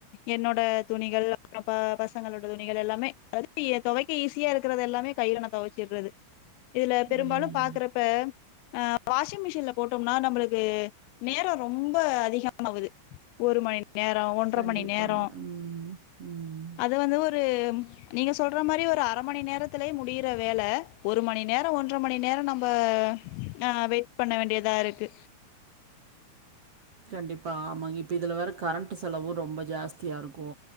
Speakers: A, on the left; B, on the right.
A: என்னோட துணிகள் அப்றொ ப பசங்களோட துணிகள் எல்லாமே <inaudible> தொவைக்க ஈஸியா இருக்குறத எல்லாமே கையில நா தொவச்சிர்றது இதுல பெரும்பாலு
B: ம்.
A: பாக்குறப்ப ஆ வாஷிங் மிஷி ஷின்ல போட்டோம்னா நம்மளுக்கு நேரோ ரொம்ப அதிகமாகுது ஒரு மணி நேர் நேரொ ஒன்ற
B: கண்டிப்பாங்க.
A: மணி நேரொ
B: ம், ம்.
A: அத வந்து ஒரு நீங்க சொல்ற மாதிரி ஒரு அரை மணி நேரத்துலே முடியிற வேல ஒரு மணி நேரோ ஒன்றரை மணி நேரோ நம்ம அ வெ பண்ண வேண்டியதா இருக்கு
B: கண்டிப்பா ஆமா இப்ப இதுல வேற கரண்டு செலவு ரொம்ப ஜாஸ்தியாருக்கு